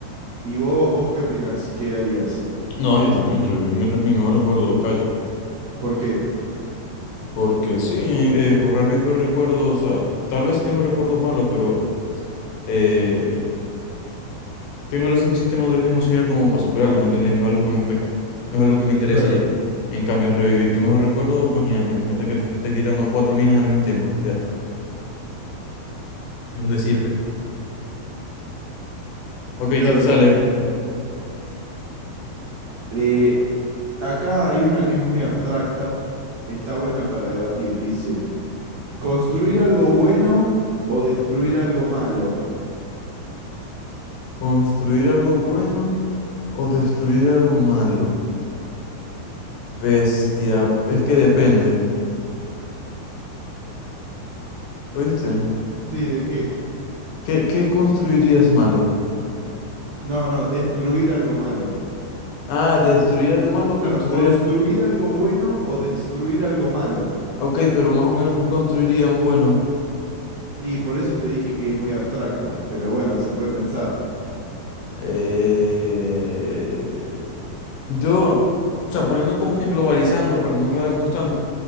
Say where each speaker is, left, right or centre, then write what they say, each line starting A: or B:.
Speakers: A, on the right; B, on the left.
A: ¿y vos, vos qué opinás? ¿Qué harías?
B: No, yo también, revivir mi, re- mi mejor recuerdo de calle.
A: ¿Por qué?
B: Porque sí, eh, borrar mi peor recuerdo, o sea, tal vez sí tengo recuerdos malos, pero eh, tengo la suficiente madurez emocional como para superarlo, ¿me entendéis? No es algo que me afecte, no es algo que me interese
A: Claro,
B: ya. En cambio, revivir tu mejor recuerdo, imagínate, imagínate que te estés tirando cuatro minas al mismo tiempo. Ya, es un decirpe. Ok,
A: claro,
B: ¿qué te sale?
A: claro, entiendo. Eh, acá hay una que es muy abstracta, está buena para debatir. Dice, ¿construir algo bueno o destruir algo malo?
B: ¿Construir algo bueno o destruir algo malo? Bestia, es que depende, ¿oíste?
A: Sí, ¿de qué?
B: ¿Qué, qué construirías malo?
A: No, no, destruir algo malo.
B: Ah, destruir algo malo,
A: Claro,
B: construir...
A: construir algo bueno o destruir algo malo.
B: Ok, pero más o menos, ¿qué construiríamos bueno?
A: Y por eso te dije que es muy abstracta, pero bueno, se puede pensar.
B: Eh, yo, o sea, poniendo como que en globalizando, para no enredarnos tanto,